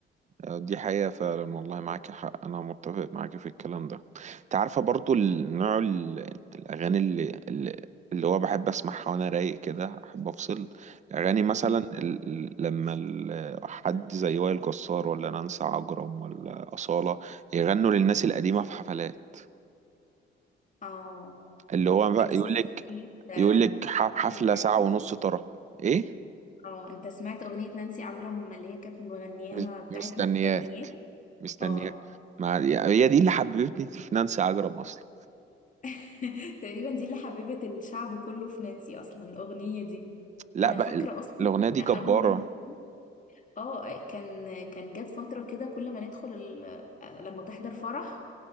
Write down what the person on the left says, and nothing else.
مم.
اه
انت سمعت
اغنية آه،
انسي عجرم؟
اه انت سمعت اغنية نانسي عجرم اللي هي كانت مغنياها
بتاعت
مستنياه
اه
<laughs> تقريبا دي اللي حببت الشعب كله في نانسي اصلا الاغنية دي
انا
فاكرة
اصلا
كنا
اول ما ندخل اه كان كان جت فترة كده كل ما ندخل ال... لما تحضر فرح